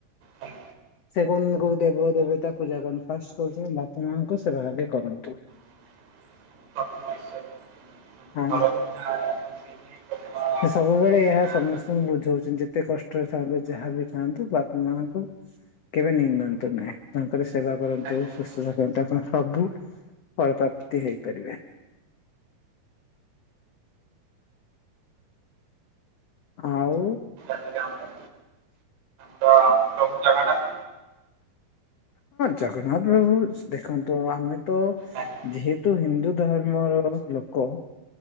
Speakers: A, on the right (about 80°); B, on the left (about 75°).
A: ହଜ
B: ସେ କ କୋ ଦେବ ଦେବତା ପୂଜା କରନ୍ତ ଫାଷ୍ଟ କହୁଚନ୍ତି ବାପା ମାଙ୍କ ସେ ଆଗେ କରନ୍ତୁ।
A: <inaudible>
B: ହୁଁ।
A: ନରକୃଷ୍ଣ ଏବଂ ସିଂହୀ ପ୍ରଥମ
B: ସେ ସବୁବେଳେ
A: ମାନେ
B: ଏହା
A: କହିବାକୁ
B: ସମସ୍ତଙ୍କୁ ବୁଝଉଚନ୍ତି ଯେତେ କଷ୍ଟରେ ଥାଆନ୍ତୁ ଯାହାବି ଥାଆନ୍ତୁ ବାପା ମାଙ୍କୁ କେବେ ନିନ୍ଦନ୍ତୁ ନାହିଁ ତାଙ୍କର ସେବା କରନ୍ତୁ
A: ଗଲେ ଆଜ୍ଞା।
B: ସୁସ୍ଥ ରଖନ୍ତୁ ଆପଣ ସବୁ ଫଳପ୍ରାପ୍ତି ହେଇପାରିବେ। ଆଉ।
A: ଯଦି ଆମର ତ ପ୍ରଭୁ ଜଗନ୍ନାଥ
B: ଜଗନ୍ନାଥ ବାବୁ ଦେଖନ୍ତୁ ଆମେ ତ
A: ଆଜ୍ଞା
B: ଯେହେତୁ ହିନ୍ଦୁ ଧର୍ମର ଲୋକ